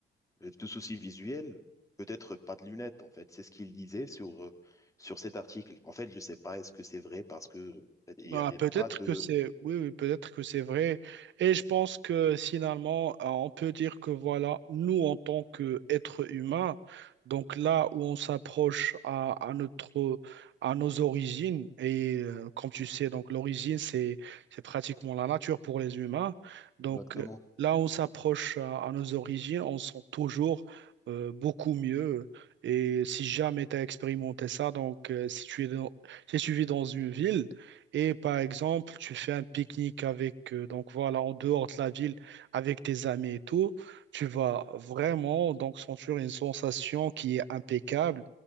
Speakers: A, on the left; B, on the right.
A: de soucis visuels. Peut-être pas de lunettes, en fait. C'est ce qu'il disait sur, euh, sur cet article. En fait, je sais pas, est-ce que c'est vrai parce que en fait, il n'y
B: Ah,
A: avait
B: peut-être
A: pas de...
B: que c'est oui, oui, peut-être que c'est vrai. Et je pense que finalement, euh, on peut dire que voilà, nous en tant qu'êtres humains, donc là où on s'approche à, à notre à nos origines, et euh, comme tu sais, donc l'origine, c'est c'est pratiquement la nature pour les humains. Donc
A: Exactement.
B: euh, là où on s'approche à, à nos origines, on sent toujours euh, beaucoup mieux. Et si jamais tu as expérimenté ça, donc euh, si tu es dans, si tu vis dans une ville, et par exemple, tu fais un pique-nique avec, euh, donc voilà, en dehors de la ville, avec tes amis et tout, tu vas vraiment donc sentir une sensation qui est impeccable